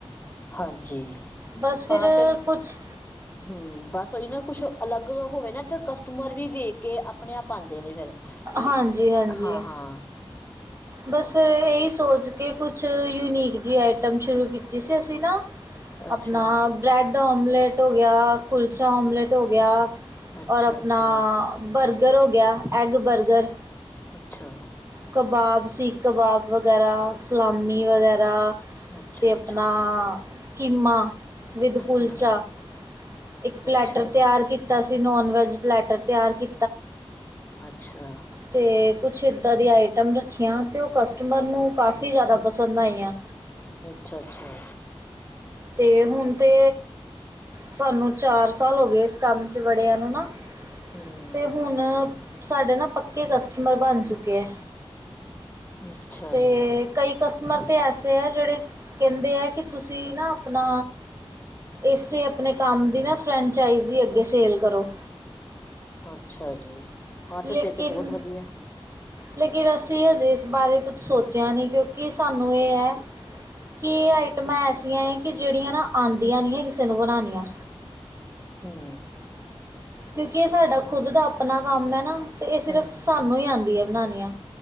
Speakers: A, on the left (about 20°); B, on the right (about 30°).
A: ਹਾਂਜੀ
B: ਬਸ ਫਿਰ
A: ਹਾਂ ਤੇ
B: ਕੁਛ
A: ਹੂੰ ਬਸ ਉਹੀ ਨਾ ਕੁਛ ਅਲੱਗ ਹੋਵੇ ਨਾ ਤੇ ਕਸਟਮਰ ਵੀ ਵੇਖ ਕੇ ਆਪਣੇ ਆਪ ਆਂਦੇ ਨੇ ਫਿਰ। ਕੀ,
B: ਹਾਂਜੀ ਹਾਂਜੀ
A: ਹਾਂ - ਹਾਂ।
B: ਬਸ ਫਿਰ ਏਹੀ ਸੋਚ ਕੇ ਕੁਛ ਯੂਨੀਕ ਜੀ ਆਈਟਮ ਸ਼ੁਰੂ ਕੀਤੀ ਸੀ ਅਸੀਂ ਨਾ
A: ਅੱਛਾ
B: ਆਪਣਾ ਬ੍ਰੈਡ ਆਮਲੇਟ ਹੋ ਗੇਆ ਕੁਲਚਾ ਆਮਲੇਟ ਹੋ ਗੇਆ
A: ਅੱਛਾ
B: ਔਰ ਆਪਣਾ
A: ਅੱਛਾ
B: ਬਰਗਰ ਹੋ ਗੇਆ ਐੱਗ ਬਰਗਰ।
A: ਅੱਛਾ।
B: ਕਬਾਬ ਸੀ ਕਬਾਬ ਵਗੈਰਾ ਸਲਾਮੀ ਵਗੈਰਾ
A: ਅੱਛਾ
B: ਤੇ ਆਪਣਾ
A: ਅੱਛਾ
B: ਕੀਮਾ। ਵਿੱਦ ਕੁਲਚਾ,
A: ਹੂੰ
B: ਇੱਕ ਪਲੈਟਰ
A: ਅੱਛਾ ਜੀ
B: ਤਿਆਰ ਕੀ ਤਾਂ ਅਸੀਂ ਨੋਨ ਵੈਜ ਪਲੈਟਰ ਤਿਆਰ ਕੀ
A: ਅੱਛਾ।
B: ਤੇ ਕੁੱਛ ਏਦਾ ਦੀ ਆਈਟਮ ਰੱਖੀਆਂ ਤੇ ਓ ਕਸਟਮਰ ਨੂੰ ਕਾਫ਼ੀ ਜਾਦਾ ਪਸੰਦ ਆਈਆਂ।
A: ਅੱਛਾ - ਅੱਛਾ।
B: ਤੇ ਹੁਣ ਤੇ। ਸਾਨੂੰ ਚਾਰ ਸਾਲ ਹੋ ਗਏ ਏਸ ਕੰਮ 'ਚ ਬੜਿਆਂ ਨੂੰ ਨਾ।
A: ਹੂੰ।
B: ਤੇ ਹੁਨ ਸਾਡੇ ਨਾ ਪੱਕੇ ਕਸਟਮਰ ਬਨ ਚੁੱਕੇ ਆ।
A: ਅੱਛਾ
B: ਤੇ
A: ਜੀ
B: ਕਈ ਕਸਟਮਰ ਤੇ ਐਸੇ ਆ ਜੇੜੇ ਕਹਿੰਦੇ ਆ ਕਿ ਤੁਸੀਂ ਨਾ ਆਪਨਾ ਏਸੇ ਆਪਣੇ ਕੰਮ ਦੀ ਨਾ ਫਰੈਂਚਆਈਜ਼ੀ ਅੱਗੇ ਸੇਲ ਕਰੋ।
A: ਅੱਛਾ ਜੀ ਹਾਂ
B: ਲੇਕਿਨ
A: ਤੇ ਫਿਰ ਤੇ ਬਹੁਤ ਵਧੀਆ
B: ਲੇਕਿਨ ਅਸੀਂ ਹਜੇ ਇਸ ਬਾਰੇ ਕੁਛ ਸੋਚਿਆ ਨੀ ਕਿਉੰਕਿ ਸਾਨੂੰ ਏਹ ਐ। ਕੀ ਆਈਟਮਾਂ ਐਸੀਆਂ ਹੈ ਕਿ ਜਿਹੜੀਆਂ ਨਾ ਆਂਦੀਆਂ ਨੀ ਆ ਕਿਸੇ ਨੂੰ ਬਨਾਨੀਆਂ।
A: ਹੂੰ।
B: ਕਿਉਂਕਿ ਇਹ ਸਾਡਾ ਖੁੱਦ ਦਾ ਆਪਣਾ ਕੰਮ ਹੈ ਨਾ ਤੇ ਇਹ ਸਿਰਫ਼
A: ਹੂੰ
B: ਸਾਨੂੰ ਹੀ ਆਂਦੀਆ ਬਨਾਨੀਆਂ।